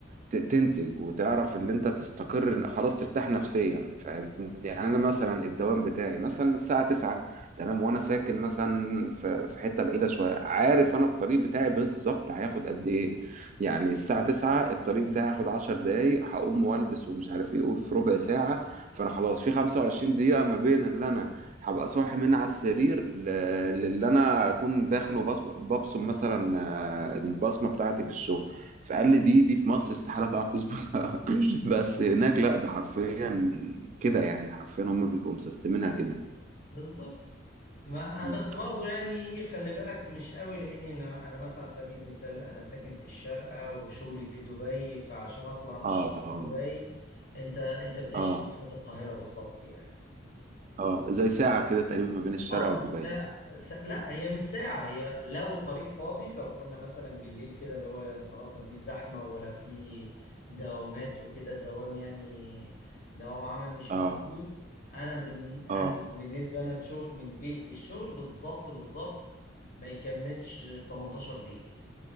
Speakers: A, on the right; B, on the left.
A: ت- تنتج وتعرف اللي انت تستقر خلاص ترتاح نفسيا فاهم يعني انا مثلا الدوام بتاعي مثلا الساعة 9 تمام وانا ساكن مثلا في في حتة بعيدة شوية عارف انا الطريق بتاعي بالظبط هياخد قد ايه يعني الساعة 9 الطريق بتاعي هياخد 10 دقايق هقوم والبس ومش عارف ايه اقول في ربع ساعة فانا خلاص في 25 دقيقة ما بين اللي انا هبقى صاحي من على السرير ل- للي انا اكون داخل وبص- ببصم مثلا آه، البصمة بتاعتي في الشغل فقال لي دي دي في مصر استحالة تعرف تظبطها <laughs> بس هناك لا ده حرفيا كده يعني حرفيا هم بيبقوا مسستمينها كده
B: بالظبط ما انا
A: مم.
B: بس برضو يعني ايه خلي بالك مش قوي لاني انا انا مثلا على سبيل المثال انا ساكن في الشارقة وشغلي في دبي فعشان اطلع مش
A: اه
B: دبي انت انت بتعيش
A: اه
B: في زحمة القاهرة بالظبط يعني
A: اه زي ساعة كده تقريبا ما بين الشارقة
B: اه
A: ودبي
B: ساعة سا... لا هي مش ساعة هي لو الطريق فاضي لو قلنا مثلا بالليل كده اللي هو يعني خلاص ما فيش زحمة ولا في دوامات وكده الدوام يعني دوام عمل مش
A: اه
B: موجود انا بن... انا
A: اه
B: بالنسبة انا الشغل من بيت للشغل بالظبط بالظبط ما يكملش 18 دقيقة